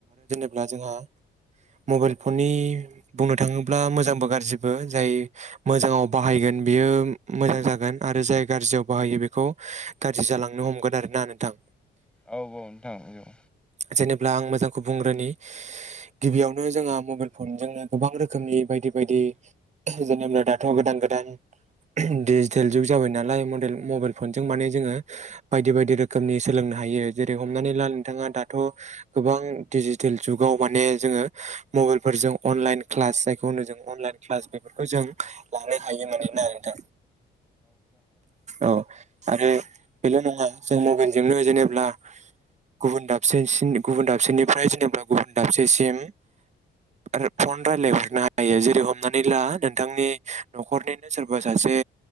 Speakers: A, on the right; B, in the centre.
A: अब्ला जोंहा मबाइल फननि बुंनो थाङो ब्ला मोजांबो गाज्रिबो जाय मोजांआव बाहायगोन बियो मोजां जागोन आरो जाय गारजि जियाव बाहायो बेखौ गाज्रि जालांनो हमगोन आरोना नोंथां।
B: औ औ नोंथां औ
A: जेनेब्ला आं मोजांखौ बुंग्रोनि। गिबियावनो जोंहा मबाइल फनजोंनो गोबां रोखोमनि बायदि बायदि जेनेबा दाथ' गोदान गो दान दिडिजिटेल जुग जाबाय नालाय मदेल मबाइल फनजों माने जोङो बायदि बायदि रोखोमनि सोलों हायो जेरै- हमनानै ला नोंथाङा दा थ' गोबां दिजिथेल जुगाव माने जोङो मबाइल फोरजों अनलाइन ख्लास जायखौ होनो जों अनलाइन ख्लास बे फोरखौ जों लानो हायो माने ना नोंथां। औ आरो बेल' नङा जों मबाइलजोंनो जेनेब्ला गुबुन दा सेसिम गुबुन दाबसेनिफ्राय जेनेबा गुबुन दाबसेसिम आरो फन रायलायहरनो हायो जेरै हमनानै ला नोंथांनि न'खरनिनो सोरबा सासे